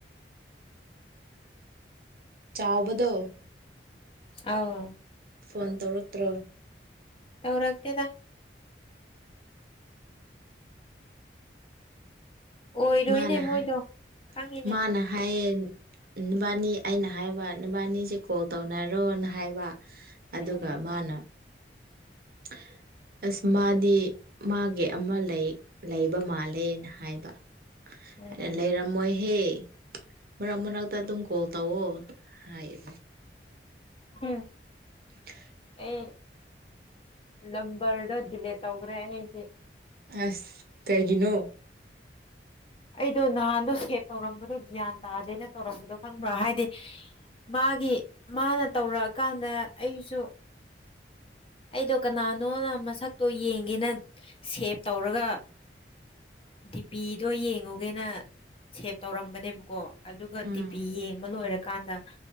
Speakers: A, on the right; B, on the left.
A: ꯆꯥꯎꯕꯗꯣ
B: ꯑꯥꯎ
A: ꯐꯣꯟ ꯇꯧꯔꯛꯇ꯭ꯔꯣ
B: ꯇꯧꯔꯛꯇꯦꯗ ꯑꯣꯏꯔꯣꯏꯅꯦ
A: ꯃꯥꯅ
B: ꯃꯣꯏꯗꯣ
A: ꯍꯥꯏ
B: ꯈꯪꯉꯤꯅꯦ
A: ꯃꯥꯅ ꯍꯥꯏꯌꯦ ꯅꯕꯅꯤ ꯑꯩꯅ ꯍꯥꯏꯕ ꯅꯕꯅꯤꯁꯦ ꯀꯣꯜ ꯇꯧꯅꯔꯣꯅ ꯍꯥꯏꯕ ꯑꯗꯨꯒ
B: ꯎꯝ
A: ꯃꯥꯅ <inaudible> ꯑꯁ ꯃꯥꯗꯤ ꯃꯥꯒꯤ ꯑꯃ ꯂꯩ ꯂꯩꯕ ꯃꯥꯜꯂꯦꯅ ꯍꯥꯏꯕ
B: ꯎꯝ
A: ꯍꯥ ꯂꯩꯔꯝꯃꯣꯏꯍꯦ ꯃꯔꯛ ꯃꯔꯛꯇ ꯑꯗꯨꯝ ꯀꯣꯜ ꯇꯧꯋꯣ ꯍꯥꯏꯌꯦ
B: ꯍꯝ
A: <inaudible>
B: ꯑꯦ ꯅꯝꯕꯔꯗꯣ ꯗꯤꯂꯦꯠ ꯇꯧꯒꯔꯦ ꯑꯩꯗꯤ
A: ꯑꯁ ꯀꯩꯒꯤꯅꯣ
B: ꯑꯩꯗꯣ ꯅꯍꯥꯟꯗꯣ ꯁꯦꯞ ꯇꯧꯔꯝꯕꯗꯣ ꯒ꯭ꯌꯥꯟ ꯇꯥꯗꯦꯅ ꯇꯧꯔꯝꯕꯗꯣ ꯈꯪꯕꯔꯥ ꯍꯥꯏꯗꯤ ꯃꯥꯒꯤ ꯃꯥꯅ ꯇꯧꯔꯛꯑꯀꯥꯟꯗ ꯑꯩꯁꯨ
A: <inaudible>
B: ꯑꯩꯗꯣ ꯀꯅꯥꯅꯣꯅ ꯃꯁꯛꯇꯣ ꯌꯦꯡꯒꯦꯅ ꯁꯦꯞ ꯇꯧꯔꯒ ꯗꯤꯄꯤꯗꯣ ꯌꯦꯡ ꯇꯧꯒꯦꯅ ꯁꯦꯞ ꯇꯧꯔꯝꯕꯅꯦꯕꯀꯣ ꯑꯗꯨꯒ
A: ꯎꯝ
B: ꯗꯤꯄꯤ ꯌꯦꯡꯕ ꯂꯣꯏꯔ ꯀꯥꯟꯗ